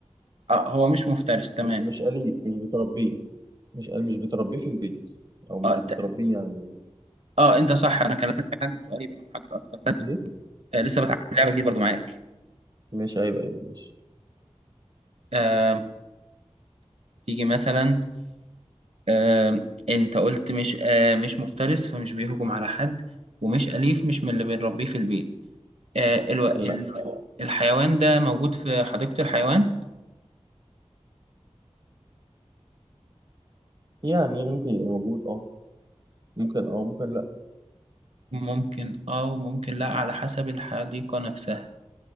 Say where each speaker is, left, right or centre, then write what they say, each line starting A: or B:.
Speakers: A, on the right; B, on the right.
A: آه هو مش مفترس تمام
B: بس مش أليف مش بتربيه مش مش بتربيه في البيت أو مش
A: اه
B: بتربيه
A: ت-
B: يعني
A: اه انت صح انا كان لازم كان عندي سؤال يبقى محدد اكتر من كده
B: إيه
A: آه لسه بتعلم لعبه جديده برضو معاك
B: مش أيوه أيوه مش
A: آه تيجي مثلا آه انت قلت مش آه مش مفترس فمش بيهجم على حد ومش اليف مش من اللي بنربيه في البيت آه الو... ال...
B: لا
A: الحيوان ده موجود في حديقه الحيوان
B: يعني ممكن يبقى موجود أه ممكن أه ممكن لا
A: ممكن اه وممكن لا على حسب الحديقه نفسها